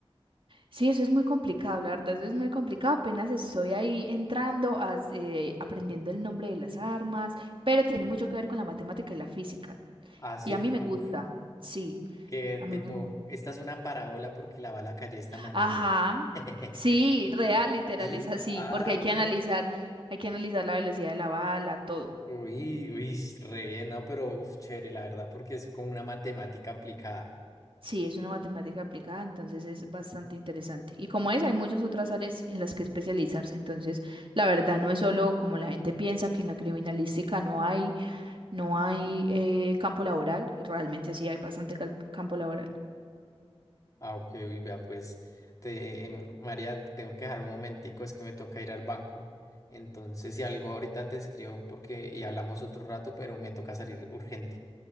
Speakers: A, on the right; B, on the left.
A: Sí, eso es muy complicado, la verdad, eso es muy complicado. Apenas estoy ahí entrando, as- eh, aprendiendo el nombre de las armas, pero tiene mucho que ver con la matemática y la física.
B: Ah, sí,
A: Y a mí me
B: uf.
A: gusta, sí,
B: que
A: a mí
B: tipo,
A: me gusta.
B: esta es una parábola porque la bala cayó de esta manera.
A: Ajá,
B: <laughs>
A: sí, real, literal,
B: Sí,
A: es así,
B: ah,
A: porque hay que analizar,
B: bueno.
A: hay que analizar la velocidad de la bala, todo.
B: Uy, uy, re bien, no, pero uf, chévere, la verdad, porque es como una matemática aplicada.
A: Sí, es una matemática aplicada, entonces es bastante interesante. Y como es, hay muchas otras áreas en las que especializarse, entonces la verdad no es solo como la gente piensa que en la criminalística no hay No hay eh, campo laboral, y realmente sí hay bastante cal- campo laboral.
B: Ah, ok, uy, vea, pues, te, em, María, te tengo que dejar un momentico, es que me toca ir al banco. Entonces, si algo ahorita te escribo porque y hablamos otro rato, pero me toca salir urgente.